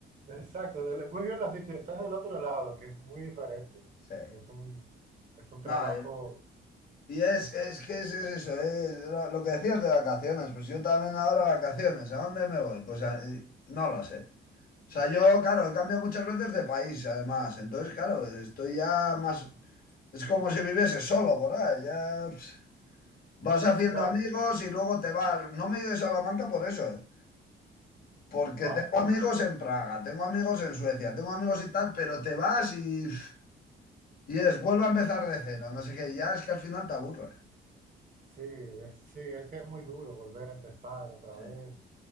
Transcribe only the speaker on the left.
Sí.
No, Y es, es que es, es eso, es lo, lo que decías de vacaciones. Pues yo también ahora vacaciones, ¿a dónde me voy? Pues a- eh, no lo sé. O sea, yo, claro, he cambiado muchas veces de país, además. Entonces, claro, estoy ya más... Es como si viviese solo por ahí. Ya pss, vas haciendo
amigos y luego te vas. No me he ido de Salamanca por eso, ¿eh? Porque
tengo amigos en Praga, tengo amigos en Suecia, tengo amigos y tal, pero te vas y... pff, Y es, vuelve a empezar de cero, no sé qué. y Ya es que al final te aburre.
Sí,